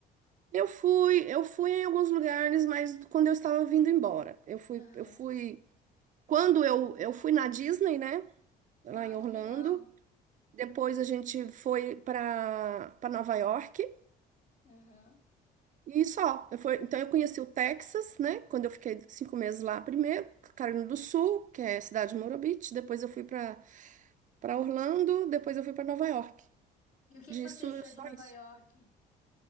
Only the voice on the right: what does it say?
eu fui, eu fui em alguns lugares, mas quando eu estava vindo embora. Eu fui,
eu fui. Quando eu, eu fui na Disney, né? Lá
em Orlando.
Depois a gente foi para para Nova York
e só. Eu fui, então eu conheci o Texas, né? Quando eu fiquei cinco meses lá primeiro, Carolina do Sul, que é a cidade de Murray Beach. Depois eu fui para para Orlando, depois eu fui para Nova York.
Disso,
só
isso.